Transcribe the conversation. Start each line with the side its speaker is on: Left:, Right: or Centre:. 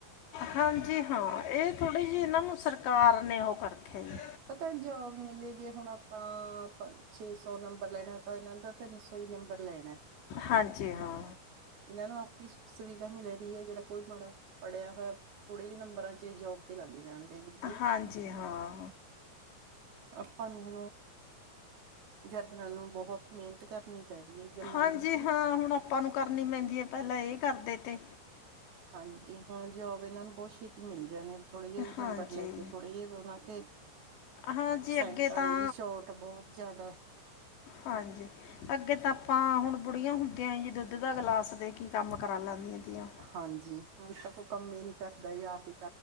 Left: ਹਾਂਜੀ ਹਾਂ ਇਹ ਥੋੜੀ
Right: ਹਾਂ
Left: ਜਿ ਇਹਨਾਂ ਨੂੰ ਸਰਕਾਰ ਨੇ ਉਹ ਕਰ ਰੱਖਿਆ ਜੀ
Right: ਪਤਾ ਜੋਬ ਮਿਲੀ ਦੀ ਐ, ਹੁਣ ਆਪਾਂ ਛੇ ਸੌ ਨੰਬਰ ਲੈਣਾ ਤਾਂ ਇਹਨਾਂ ਦਾ ਤਿੰਨ ਸੌ ਹੀ ਨੰਬਰ ਲੈਣਾ
Left: ਹਾਂਜੀ ਹਾਂ
Right: ਇਹਨਾਂ ਨੂੰ ਆਪਣੀ ਸੁੱਖ ਸੁਵਿਧਾ ਮਿਲ ਰਹੀ ਹੈ ਜਿਹੜਾ ਕੋਈ ਮਾੜਾ ਪੜਿਆ ਹੋਇਆ ਥੋੜ੍ਹੇ ਜਿਹੇ ਨੰਬਰਾਂ ਚ ਏ ਜੋਬ ਤੇ ਲੱਗ ਜਾਂਦੇ ਨੇ ਇਹ
Left: ਹਾਂਜੀ ਹਾਂ
Right: ਆਪਾਂ ਨੂੰ ਜਤਨਾਂ ਨੂੰ ਬਹੁਤ ਮਿਹਨਤ ਕਰਨੀ ਪੈ ਰਹੀ ਹੈ ਇਹ ਗੱਲਾਂ
Left: ਹਾਂਜੀ
Right: ਦੀ ਵੀ
Left: ਹਾਂ ਹੁਣ ਆਪਾਂ ਨੂੰ ਕਰਨੀ ਪੈਂਦੀ ਹੈ ਪਹਿਲਾਂ ਇਹ ਕਰਦੇ ਤੇ
Right: ਹਾਂਜੀ ਹੁਣ ਜੋਬ ਇਹਨਾਂ ਨੂੰ ਬਹੁਤ ਛੇਤੀ ਮਿਲ ਜਾਣੇ ਥੋੜੇ ਜਿਹੇ ਵੀ
Left: ਹਾਂਜੀ
Right: ਨੰਬਰ ਲੈ ਕੇ ਥੋੜੇ ਜਿਹੇ ਉਹਨਾਂ ਤੇ
Left: ਹਾਂਜੀ
Right: ਪਰਸੈਂਟਾਂ
Left: ਅੱਗੇ ਤਾਂ
Right: ਦੀ ਵੀ ਛੋਟ ਬਹੁਤ ਜ਼ਿਆਦਾ ਹੈ
Left: ਹਾਂਜੀ ਅੱਗੇ ਤਾਂ ਆਪਾਂ ਹੁਣ ਬੁੜੀਆਂ ਹੁੰ ਤੇ ਐਂ ਜੀ ਦੁੱਧ ਦਾ ਗਿਲਾਸ ਦੇ ਕੇ ਕੰਮ ਕਰਾ ਲੈਂਦੀਆਂ ਤੀਆਂ।
Right: ਹਾਂਜੀ ਹੁਣ ਤਾਂ ਕੋਈ ਕੰਮ ਈ ਨੀ ਕਰਦਾ ਆਪ ਈ